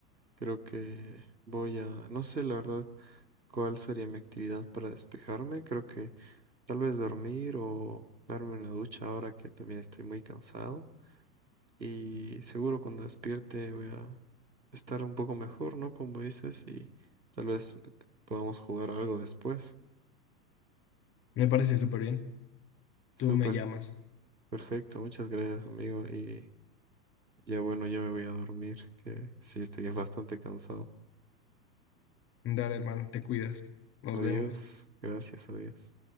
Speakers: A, on the right (about 90°); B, on the left (about 25°).
A: Creo que voy a, no sé la verdad cuál sería mi actividad para despejarme. Creo que tal vez dormir o darme una ducha ahora que también estoy muy cansado. Y seguro cuando despierte voy a estar un poco mejor, ¿no? Como dices, y tal vez podamos jugar algo después.
B: Me parece súper bien.
A: Súper,
B: Tú me llamas.
A: perfecto. Muchas gracias, amigo. Y ya bueno, ya me voy a dormir, que sí estoy bastante cansado.
B: Dale, hermano, te cuidas. Nos
A: Adiós.
B: vemos.
A: Gracias, adiós.